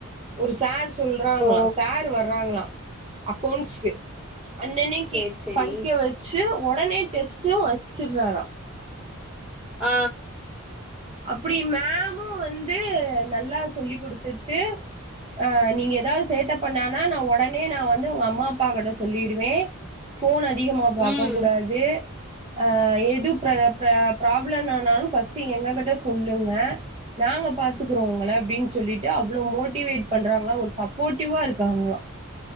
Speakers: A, on the right; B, in the centre.
A: ஒரு சார்ஸ் சொல்றாங்களா
B: ஓ
A: சார் வர்றாங்களா அக்கவுண்ட்ஸ்க்கு அன்னனைக்கி
B: சேரி சேரி
A: படிக்க வச்சு ஒடனே டெஸ்ட்டு வச்சடுறாரா
B: ஆ
A: அப்படி மேமும் வந்து நல்லா சொல்லி் கொடுத்துட்டு ஆ நீங்க ஏதாவது சேட்ட பண்ணானா நா எடனே நா வந்து உங்க அம்மா அப்பா கிட்ட சொல்லிருவே ஃபோனு அதிகமா பாக்கக்
B: ம்
A: கூடாது ஆ எது ப்ர ப்ர ப்ராப்ளன்னாலு ஃபர்ஸ்ட் எங்ககிட்ட சொல்லுங்க நாங்க பாத்துக்குறோ உங்கள அப்டின்னு சொல்லிட்டு அவ்ளோ மோட்டிவேட் பண்றாங்களா ஒரு சப்போர்ட்டிவா இருக்காங்ளா